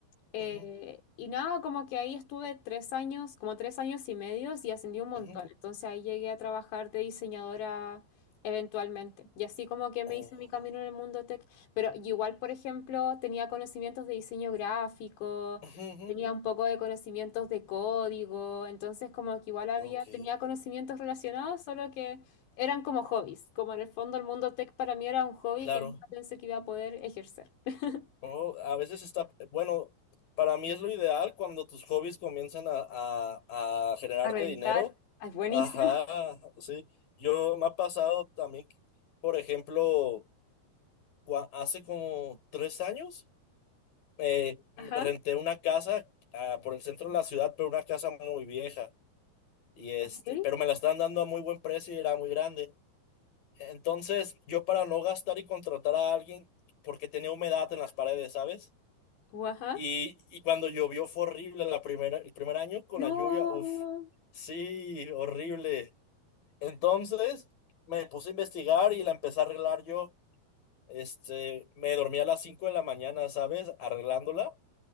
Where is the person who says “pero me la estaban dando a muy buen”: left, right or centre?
Left